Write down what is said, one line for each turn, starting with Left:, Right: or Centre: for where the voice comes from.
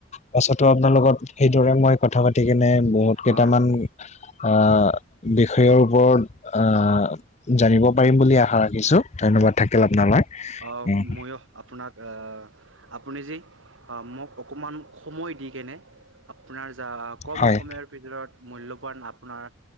Left: পাছ আপোনাৰ লগত সেইদৰে মই কথা পাতি কিনে বহুত কেইটামান
Right: হয় হয়
Left: আ বিষয়ৰ ওপৰত আ জানিব পাৰিম বুলি আ শা ৰাখিছো। ধন্যবাদ থাকিল আপোনালৈ।
Right: অ',
Left: উম
Right: মইয়ো আপোনাক আ আপুনি যে আ মোক অক অকমান সময় দি কেনে আপোনাৰ যাক কম
Left: হয়
Right: সময়ৰ ভিতৰত মূল্যবান আ আপোনাৰ